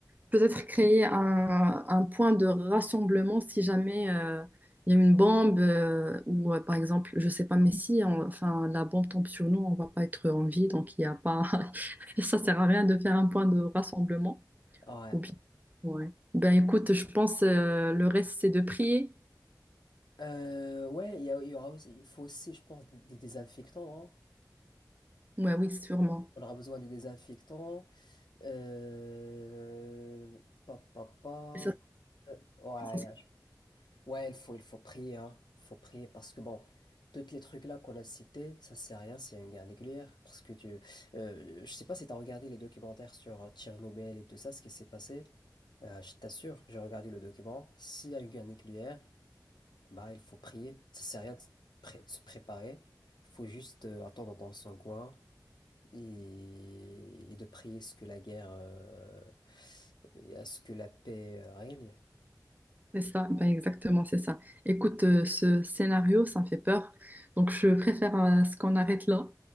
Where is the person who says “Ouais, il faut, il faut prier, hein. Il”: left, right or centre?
Left